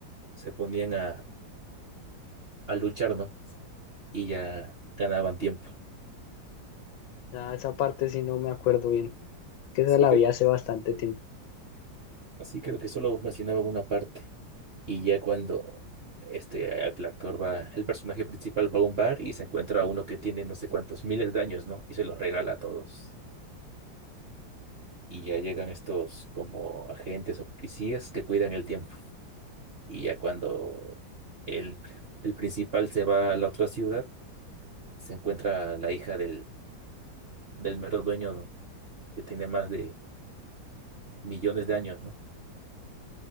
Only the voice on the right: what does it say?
se ponían a, a luchar, ¿no? Y ya ganaban tiempo.
Así
que,
así creo que solo mencionaba una parte. Y ya cuando este, el actor va, el personaje principal va a un bar y se encuentra a uno que tiene no sé cuántos miles de años, ¿no? Y se los regala a todos. Y ya llegan estos como agentes o policías que cuidan el tiempo. Y ya cuando el, el principal se va a la otra ciudad, se encuentra la hija del, del mero dueño, ¿no? Que tiene más de millones de años, ¿no?